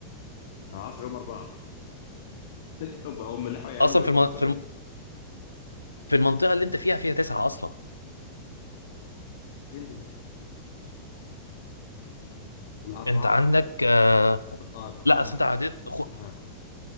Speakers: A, on the left; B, on the left.
A: انا ما اعرفش هم اربعه <laughs> هم هم اللي حاولوا يعملوا
B: اصلا
A: 118
B: في الم... في الم...
A: امتى
B: في المنطقه اللي انت فيها فيها تسعه اصلا
A: فين دول الاربعه
B: انت عندك آه...
A: وسقاره
B: لا
A: خم
B: اصل انت عديت
A: آه.
B: خ...
A: آه.